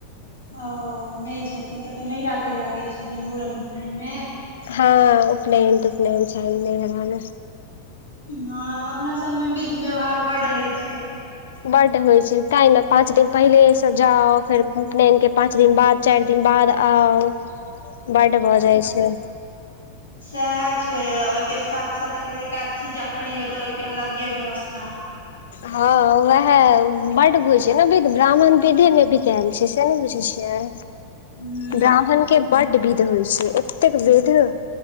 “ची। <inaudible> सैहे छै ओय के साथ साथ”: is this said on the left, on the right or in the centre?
Left